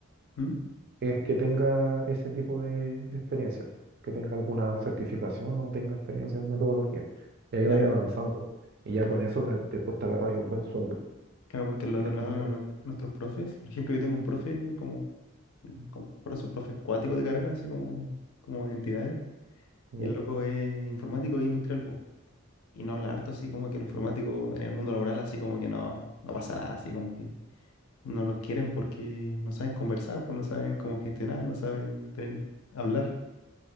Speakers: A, on the left (about 75°); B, on the right (about 45°).
A: mm,
B: es que tenga ese tipo de, de experiencia, po, que tenga alguna certificación o tenga experiencia en metodología. Y ahí
A: claro.
B: vaya avanzando. Y ya con eso te- después te agarras un buen sueldo.
A: Claro, porque lo
B: Ya
A: que lo
B: con
A: hablan
B: eso.
A: a nuestros profes, por ejemplo, yo tengo un profe como, como por eso, profe acuático de carrera, así como, como entidades,
B: ¿ya?
A: y el loco es informático e industrial, po. Y no habla harto así como que lo informático en el mundo laboral, así como que no, no pasa nada, así como que no los quieren porque no saben conversar, pues no saben cómo gestionar, no saben tener- hablar.